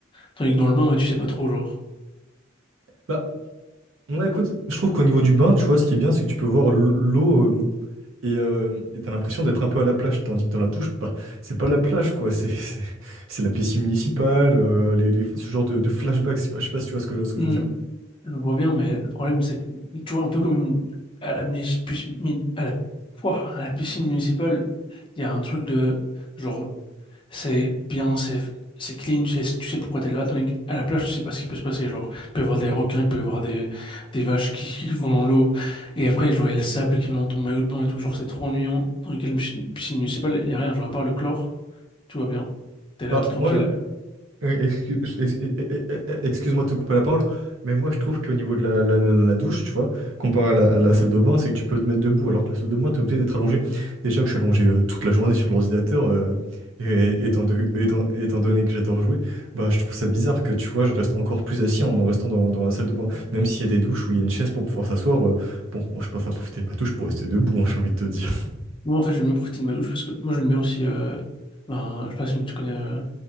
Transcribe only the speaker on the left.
Tandis que dans le bain, ben, tu sais pas trop, genre.
Hmm,
je vois bien, mais le problème, c'est que, tu vois, un peu comme à la, mis- pis- mi- à la, Ouah, à la piscine municipale, il y a un truc de, genre, c'est bien, c'est c'est clean, tu sais, tu sais pourquoi t'es là. Tandis qu'à la plage, tu sais pas ce qui peut se passer. Genre, il peut y avoir des requins, il peut y avoir des, des vaches qui, <laughs> qui vont dans l'eau. Et après, genre, il y a le sable qui va dans ton maillot de bain et tout. Genre, c'est trop ennuyant. Tandis qu'à la piscine piscine municipale, il y a rien. Genre, à part le chlore, tout va bien. T'es là,
t'es tranquille.
Moi, en fait, j'aime bien profiter de ma douche parce que moi, j'aime bien aussi, euh, ben, je sais pas si tu connais, euh,